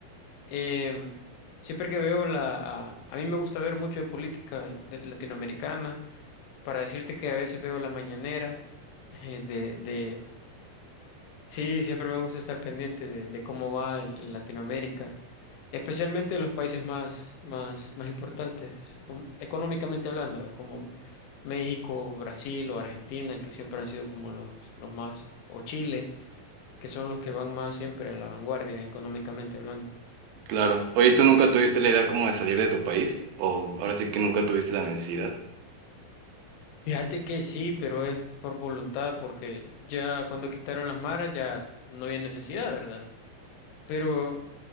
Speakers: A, on the left; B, on the right.
A: em, siempre que veo la... A, a mí me gusta ver mucho de política de- latinoamericana, para decirte que a veces veo la mañanera eh, de, de... Sí, siempre me gusta estar pendiente de, de cómo va el, el Latinoamérica, especialmente de los países más, más, más importantes, um, económicamente hablando, ¿verdad? como México, Brasil o Argentina, que siempre han sido como los, los más, o Chile. que son los que van más siempre a la vanguardia económicamente hablando.
B: Claro. Oye, ¿tú nunca tuviste la idea como de salir de tu país? ¿O ahora sí que nunca tuviste la necesidad?
A: Fíjate que sí, pero es por voluntad, porque ya cuando quitaron las maras ya no había necesidad, ¿verdad? Pero